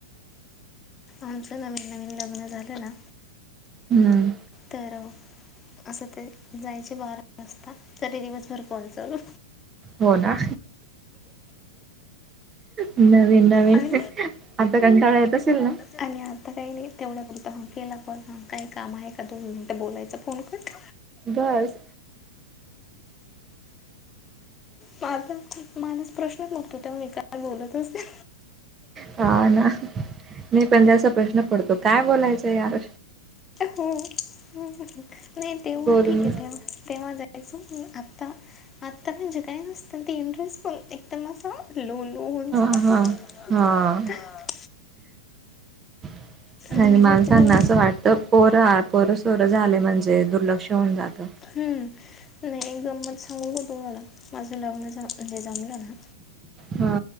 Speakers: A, on the left (about 20°); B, on the right (about 20°).
A: आमचं नवीन नवीन लग्न झालं ना
B: हं.
A: तर असं ते जायचे बारा वाजता तरी दिवसभर फोन चालू
B: हो ना नवीन, नवीन
A: आणि
B: आता कंटाळा येत असेल ना
A: आणि आता काही, नाही तेवढा पुरत केला फोन ह काही काम आहे का दोन मिनिटं बोलायचं फोन कट
B: बस
A: माझ माणस प्रश्नच उठतो तेव्हा मी काय बोलत असते
B: हा ना मी पण त्याचा प्रश्न पडतो काय बोलायचं यार
A: हो नाही तेव्हा
B: बोलून
A: ठीक आहे तेव्हा, तेव्हा आता आत्ता म्हणजे काय नसतं ती इंटरेस्ट बणते. तर म अस लो लो होऊन
B: हां,
A: <unintelligible>
B: हां, हां. <inaudible>
A: म्हणजे
B: आणि माणसांना
A: तुम्हाला
B: असं वाटतं पोरं पोरं सोरं झाले म्हणजे दुर्लक्ष होऊन जात.
A: ह हे एकदम म समवर दो नाला माझंला म उदे जामलं आ हा
B: हा